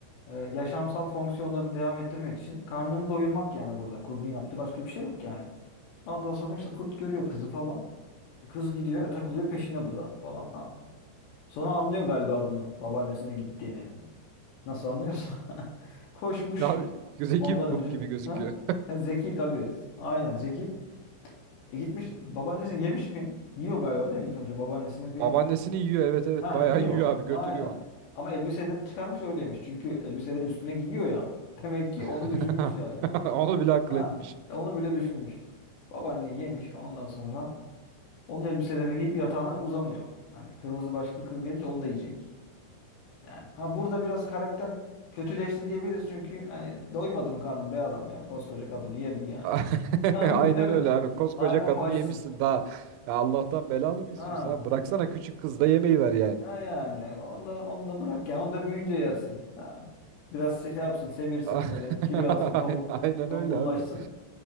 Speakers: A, on the left (about 70°); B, on the right (about 85°).
A: e, yaşamsal fonksiyonlarını devam ettirmek için karnını doyurmak yani burada kurdun yaptığı başka bir şey yok yani. Ondan sonra işte kurt görüyor kızı falan. E, Kız gidiyor, e, takılıyor peşine bu da falan. Ha. Sonra anlıyor galiba bunun babaannesine gittiğini. Nasıl anlıyorsa. <laughs> Koşmuş
B: <laughs> Abi zeki
A: ondan
B: bir kurt
A: önce.
B: gibi gözüküyor.
A: Ha? E, zeki tabii. Aynen zeki. E gitmiş babaannesini yemiş mi? Yiyor galiba değil mi ilk önce babaannesini
B: Babaannesini
A: bir...
B: yiyor evet evet
A: Ha
B: bayağı
A: yiyor.
B: yiyor abi götürüyor
A: Aynen.
B: onu.
A: Ama elbiselerini çıkarmış öyle yemiş. Çünkü elbiseleri üstüne giyiyor ya. <laughs> Demek ki
B: <laughs>
A: onu düşünmüş yani.
B: Onu bile akıl
A: Ha
B: etmiş.
A: e, onu bile düşünmüş. Babaanne yemiş ondan sonra onun elbiselerini giyip yatağına uzanıyor. Hani kırmızı başlıklı kız gelince onu da yiyecek. Yani ha burada biraz karakter kötüleşti diyebiliriz çünkü hani doymadı mı karnın be adam yani koskoca kadını yedin yani.
B: <laughs>
A: <laughs> Hani
B: Aynen
A: değil mi?
B: öyle abi. Koskoca
A: Hala
B: kadını
A: mı açsın?
B: yemişsin daha. Ya Allah'tan belanı mı istiyorsun
A: Ha,
B: abi? Bıraksana küçük kız da yemeği ver yani.
A: ha yani onu da, onu da bırak ya onu da büyüyünce yersin. Ha. Biraz şey yapsın semirsin
B: <laughs>
A: böyle kilo alsın tombul,
B: Aynen aynen
A: tombullaşsın.
B: öyle abi.